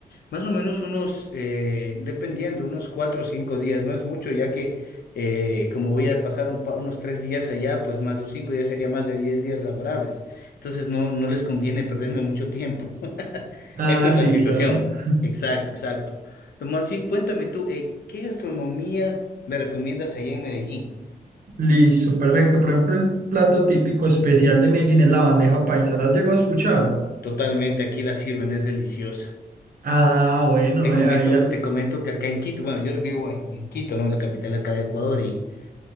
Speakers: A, on the left; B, on the right.
A: Más o menos unos, eh, dependiendo, unos cuatro o cinco días, no es mucho, ya que eh, como voy a pasar un pa- unos tres días allá, pues más los cinco ya sería más de diez días laborables. Entonces no, no les conviene perderme mucho tiempo. <laughs>
B: Ah,
A: Esta es
B: sí,
A: la situación.
B: claro. <laughs>
A: Exacto, exacto. Pero Más bien, cuéntame tú, eh, ¿qué gastronomía me recomiendas allá en Medellín?
B: Listo, perfecto. Por ejemplo, el plato típico especial de Medellín es la bandeja paisa. ¿La has llegado a escuchar?
A: Totalmente, aquí la sirven, es deliciosa.
B: Ah, bueno,
A: Te comento,
B: eh, ahí al-
A: te comento que acá en Quito, bueno, yo vivo en, en Quito, ¿no? En la capital acá de Ecuador Hay